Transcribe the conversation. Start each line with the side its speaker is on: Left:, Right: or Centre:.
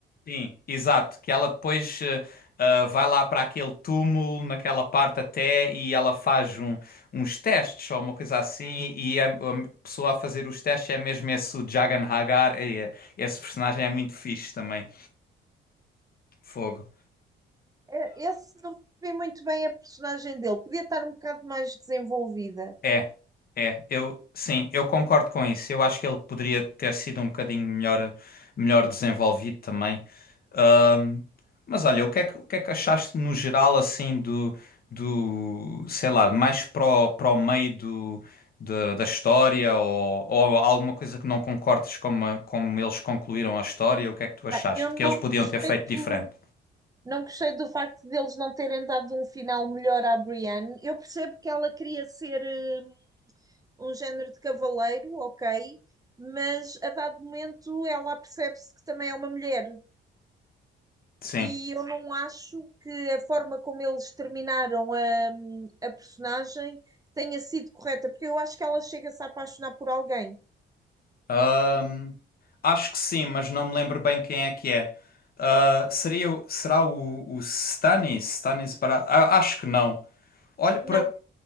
Left: sim, exato, que ela depois ah, ah, vai lá para aquele túmulo, naquela parte até, e ela faz um, uns testes, ou uma coisa assim, e a, a pessoa a fazer os testes é mesmo esse o Jagan Hagar, e, eh, esse personagem é muito fixe também, fogo.
Right: É, Esse não percebi muito bem a personagem dele. Podia estar um bocado mais desenvolvida.
Left: É, é, eu sim, eu concordo com isso. Eu acho que ele poderia ter sido um bocadinho melhor, melhor desenvolvido também. Ahm, mas olha, o que é que, o que é que achaste no geral assim do, do, sei lá, mais para o, para o meio do, da da história ou, ou alguma coisa que não concordes como, a- como eles concluíram a história? O que é que tu achaste?
Right: Pá, Eu não
Left: Que eles podiam
Right: gostei
Left: ter feito diferente?
Right: do. Não gostei do facto deles não terem dado um final melhor à Brienne. Eu percebo que ela queria ser eh, um género de cavaleiro, ok, mas a dado momento ela percebe-se que também é uma mulher.
Left: Sim.
Right: E eu não acho que a forma como eles terminaram a, a personagem tenha sido correta, porque eu acho que ela chega-se a apaixonar por alguém.
Left: Ahm, acho que sim, mas não me lembro bem quem é que é. Ah, seria, o- será o, o Stanis? Stanis Baratheon? acho que não. Olha para.
Right: Não,